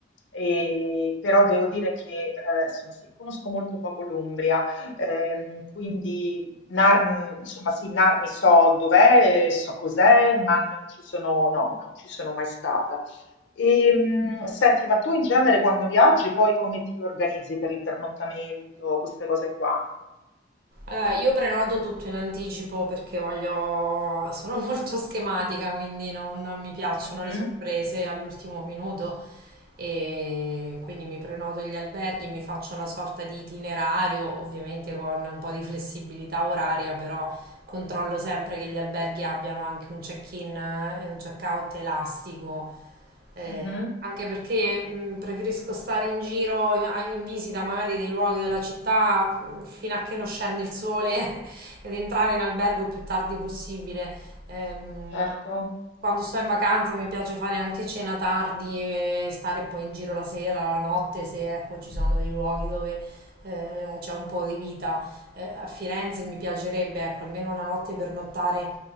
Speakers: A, on the left; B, on the right.
A: e- però devo dire che, eh, insomma, sì, conosco molto poco l'Umbria, ehm, quindi Narni, insomma, sì, Narni so dov'è, so cos'è, ma non ci sono, no, non ci sono mai stata. E, mh, senti, ma tu in genere quando viaggi, poi come ti organizzi per il pernottamento, queste cose qua?
B: Allora, io prenoto tutto in anticipo perché voglio... sono <laughs> molto schematica, quindi non mi piacciono
A: Mhm,
B: le sorprese all'ultimo minuto. e quindi mi prenoto gli alberghi, mi faccio una sorta di itinerario, ovviamente con un po' di flessibilità oraria, però controllo sempre che gli alberghi abbiano anche un check-in e un check-out elastico eh,
A: mhm,
B: anche perché mh, preferisco stare in giro in, a- in visita magari dei luoghi della città mh, fino a che non scende il sole <laughs> ed entrare in albergo il più tardi possibile. Ehm,
A: certo,
B: quando sto in vacanza mi piace fare anche cena tardi e stare poi in giro la sera, la notte, se ecco, ci sono dei luoghi dove eh, c'è un po' di vita. Eh, a Firenze mi piacerebbe ecco, almeno una notte per nottare